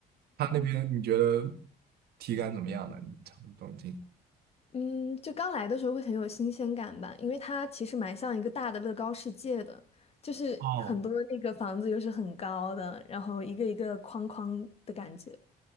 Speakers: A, on the right; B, on the left.
A: 它那边你觉得体感怎么样呢？你常住东京？
B: 嗯，就刚来的时候会很有新鲜感吧，因为它其实蛮像一个大的乐高世界的，就是很多那个房子又是很高的，
A: 哦
B: 然后一个一个框框的感觉。